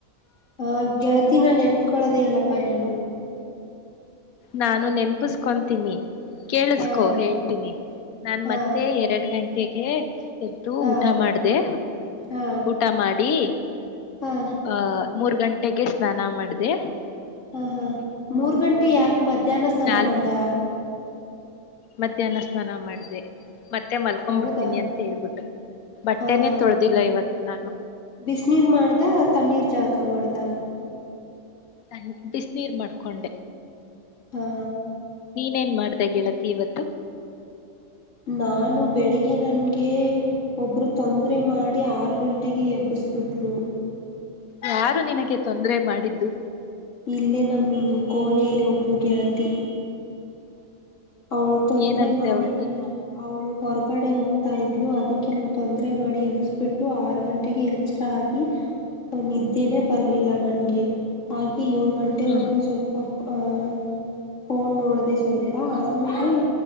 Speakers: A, on the left; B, on the left.
A: ಆ ಗೆಳತಿ ನಾ ನೆನ್ತ್ಕೊೊಳ್ಳೋದೇ ಇಲ್ಲಪ್ಪ ನೀನು
B: ನಾನು ನೆನಪಿಸಕೊಂತೀನಿ ಕೇಳಿಸಕೊ
A: ಹಾ
B: ಹೇಳ್ತೀನಿ ನಾನ್
A: ಹಾ
B: ಮತ್ತೆ ಎರಡ್ ಗಂಟೆ ಕೆ ಎದ್ದು
A: ಹಾ
B: ಊಟ ಮಾಡ್ದೆ.
A: ಹಾ
B: ಊಟ ಮಾಡಿ
A: ಹಾ
B: ಆ ಮೂರು ಗಂಟ್ ಟ್ಟೆಗೆ <unintelligible> ಸ್ನಾನ ಮಾಡಿದೆ.
A: ಹಾ ಹಾ, ಮೂರ್ ಗಂಟೆ ಯಾಕ ಮಧ್ಯಾಹ್ನ ಸ್ನಾನ
B: ನಾಲ್
A: ಮಾಡ್ದ?
B: ಮಧ್ಯಾಹ್ನ ಸ್ನಾನ ಮಾಡ್ದೆ. ಮತ್ತೆ ಮಲ್ಕೊಬಿಡ್ತೀನಿ
A: ಹೌದಾ,
B: ಅಂತ ಹೇಳ್ಬಿಟ್ಟು ಬಟ್ಟೆನೇ
A: ಹಾ ಹಾ,
B: ತೊಳ್ದಿಲ್ಲ ಇವತ್ತು ನಾನು
A: ಬಿಸನೀರ್ ಮಾಡ್ದ? ತಣ್ಣೀರ್ ಜಳಕ ಮಾಡ್ದ ತ್ತ <unintelligible>
B: <unintelligible> ಬಿಸ್ ನೀರ್ ಮಾಡ್ಕೊಂಡೆ.
A: ಹಾ
B: ನೀನೇನ್ ಮಾಡ್ <unintelligible> <unintelligible> ಗೆಳತಿ ಇವತ್ತು
A: ನಾನು ಬೆಳಿಗ್ಗೆ ನನ್ಗೆ, ಒಬ್ಬರು ತೊಂದರೆ ಮಾಡಿ ಆರ್ ಗಂಟೆಗೆ ಎಬ್ಬಿಸ್ಬುಟ್ರು.
B: ಯಾರು ನಿನಗೆ ತೊಂದರೆ ಮಾಡಿದ್ದು?
A: ಇಲ್ಲೇ ನಮ್ದು ಕೋಣೆಯಲ್ಲಿ ಒಬ್ಳು ಗೆಳತಿ. ಅವಳ್ ತೊಂದ್ರೆ
B: ಏನಂತೆ
A: ಮಾಡಿ
B: ಅವಳ್ದು
A: ನನ್ನ, ಅವಳು ಹೊರಗ <unintelligible> ಗಡೆ ಹೋಗ್ತಾ ಇದ್ಲು. ಅದಕ್ಕೆ ನಂಗೆ ತೊಂದರೆ ಮಾಡಿ ಎಬ್ಬಿಸ್ಬಿಟ್ಲು, ಆರು ಗಂಟೆಗೆ ಎಚ್ಚರ ಆಗಿ ನಿದ್ದೇನೆ ಬರ್ಲಿಲ್ಲ ನನ್ಗೆ. <unintelligible> ಏಳು ಗಂಟೆವರೆಗೂ
B: ಹ್ಮ್
A: ಸ್ವಲ್ಪ <unintelligible> ಫೋನ್ ನೋಡದೆ ಸ್ವಲ್ಪ ಮೇಲೆ,